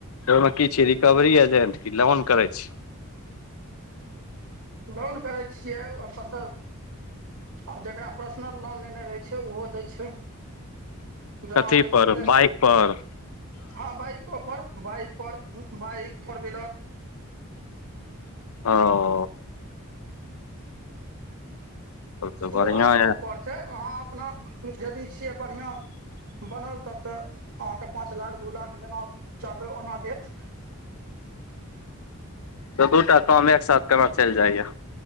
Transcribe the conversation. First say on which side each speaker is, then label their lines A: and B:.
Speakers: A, on the left; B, on the right.
A: ओहिमे की छीयै रिकवरी एजेंट की ऽ लोन करै छी
B: लोन करै छियै ओहिपरसँ आ जकरा पर्सनल लोन लेने रहै छै उहो दै छै जेना
A: कथी
B: अहाँके सिविल
A: पर बाइक पर
B: हँ बाइको पर बाइक पर बाइक फोर विलर
A: ओ तब तऽ
B: ओ
A: बढ़ियां
B: अहाँके
A: ये
B: ऊपर छै अहाँ अपना यदि छियै बढ़िआँ बनल तब तऽ अहाँके पाँच लाख दू लाख जेना चाहबै ओना देत
A: तऽ दूटा काम एक साथ केना चलि जाइया